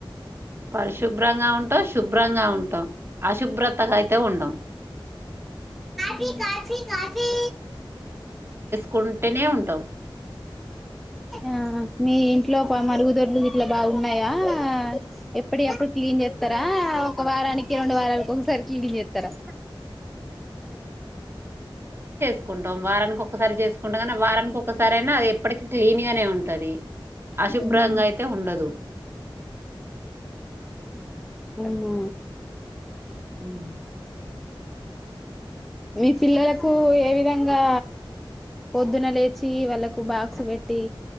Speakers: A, on the right; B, in the centre.
A: పరిశుభ్రంగా ఉంటాం శుభ్రంగా ఉంటాం అశుభ్రతగా అయితే ఉండం
B: టి కా కా
A: కుంటేనే ఉంటాం
B: ఆ మీ ఇంట్లో మరుగుదొడ్లు ఇట్లా బాగున్నాయా ఎప్పుడు ఎప్పుడు క్లీన్ చేస్తారా ఒక వారానికి రెండు వారాలకు ఒకసారి క్లీన్ చేస్తారా
A: అ సుకుంటాం వారానికి ఒకక్కసారి చేసుకుంటాం కానీ వారానికి ఒకక్కసారి అయినా అది ఎప్పటికిీ్లీన్ గానే ఉంటది అశుభ్రంగా
B: అవునా
A: అయితే ఉండదు
B: అనా
A: ఉమ్.
B: మీ పిల్లలకు ఏ విధంగా పొద్దున లేచి వాళ్ళలకు బాక్స్ పెట్టి